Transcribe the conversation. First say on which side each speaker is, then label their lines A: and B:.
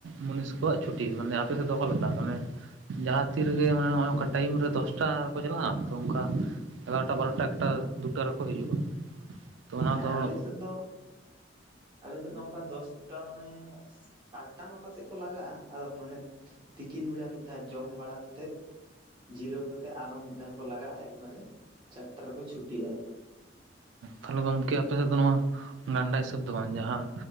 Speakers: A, on the right; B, on the right.
A: ᱢᱩᱱᱤᱥ ᱠᱚᱣᱟᱜ ᱪᱷᱩᱴᱤ ᱢᱟᱱᱮ ᱟᱯᱮ ᱥᱮᱫ ᱫᱚ ᱚᱠᱟ ᱞᱮᱠᱟ ᱢᱟᱱᱮ ᱡᱟᱦᱟᱸ ᱛᱤᱨᱮᱜᱮ ᱚᱱᱮ ᱚᱱᱠᱟ ᱴᱟᱹᱭᱤᱢ ᱨᱮ ᱫᱚᱥᱴᱟ ᱠᱚ ᱪᱟᱞᱟᱜᱼᱟ ᱛᱚ ᱚᱱᱠᱟ, ᱮᱜᱟᱨᱚᱴᱟ ᱵᱟᱨᱚᱴᱟ ᱮᱠᱴᱟ ᱫᱩᱴᱟ ᱨᱮᱠᱚ ᱦᱤᱡᱩᱜᱼᱟ᱾ ᱛᱚ ᱚᱱᱟ
B: ᱦᱮᱸ
A: ᱫᱚ
B: ᱟᱞᱮ ᱥᱮᱫ ᱫᱚ, ᱟᱞᱮᱥᱮᱫ ᱫᱚ ᱚᱱᱠᱟ ᱫᱚᱥᱴᱟ ᱢᱟᱱᱮ ᱟᱴᱴᱟ ᱱᱚᱴᱟ ᱥᱮᱫ ᱠᱚ ᱞᱟᱜᱟᱜᱼᱟ ᱟᱫᱚ ᱢᱟᱱᱮ, ᱛᱤᱠᱤᱱ ᱵᱮᱲᱟ ᱢᱤᱫ ᱫᱷᱟᱣ ᱡᱚᱢ ᱵᱟᱲᱟ ᱠᱟᱛᱮᱫ, ᱡᱤᱨᱟᱹᱣ ᱠᱟᱛᱮᱜ ᱟᱨᱚ ᱢᱤᱫ ᱫᱷᱟᱣ ᱠᱚ ᱞᱟᱜᱟᱜᱼᱟ ᱮᱠᱵᱟᱨᱮ ᱪᱟᱨᱴᱟ ᱨᱮᱠᱚ ᱪᱷᱩᱴᱤᱜᱼᱟ᱾
A: ᱛᱟᱦᱞᱮ ᱜᱚᱝᱠᱮ ᱟᱯᱮ ᱥᱮᱫ ᱫᱚ ᱱᱚᱣᱟ ᱜᱟᱱᱰᱟ ᱦᱤᱥᱟᱹᱵ ᱫᱚ ᱵᱟᱝ ᱡᱟᱦᱟᱸ